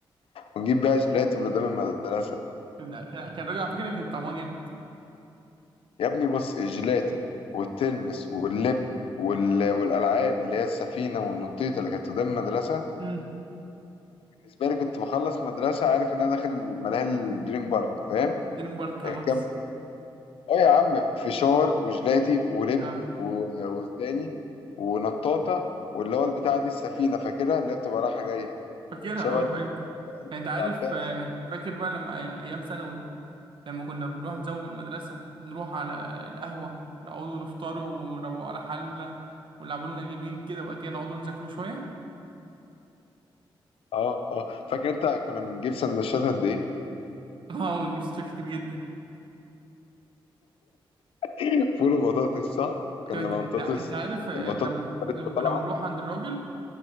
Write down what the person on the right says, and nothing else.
كان كان كان الراجل على فكرة كان طعمها جامد
امم
دي مبارك خلاص
اه
فاكرها
اه
ايوه
يعني انت
عارف
آه، فاكر بقى لما أي- ايام ثانوي لما كنا بنروح نزوم من المدرسه ونروح على القهوه نقعدوا نفطروا ونروقوا على حالنا ونلعبوا لنا جيمين كده بقى كده نقعدوا نذاكروا شويه
<laughs> اه ونجيب ستات كتير جدا
طب انت
انت
انت عارف آه،
لما
لما
كنا
بنروح عند الراجل